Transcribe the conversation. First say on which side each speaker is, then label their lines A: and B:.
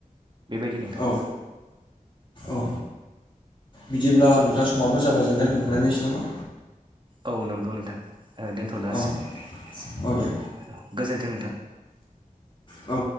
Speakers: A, on the right; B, on the left.
A: बेबायदि नोंथां।
B: औ औ बिदिब्ला नोंथां समाबो जाबाय जोंना दोनथ'लायनोसै नामा?
A: औ नंगौ नोंथां दोनथ'नो हासिगोन
B: औ औ दे
A: गोजोनथों नोंथां।
B: औ।